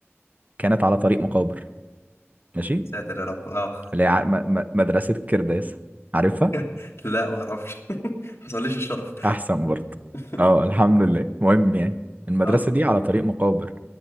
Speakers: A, on the right; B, on the left.
A: كانت على طريق مقابر ماشي
B: ساتر يا رب اه
A: اللي هي ع- م- م- مدرسه كرداس عارفها؟
B: <laughs> لا ما اعرفش <laughs> حصليش الشرف
A: احسن برضه
B: <laughs>
A: اه الحمد لله المهم يعني المدرسه
B: اه
A: دي على طريق مقابر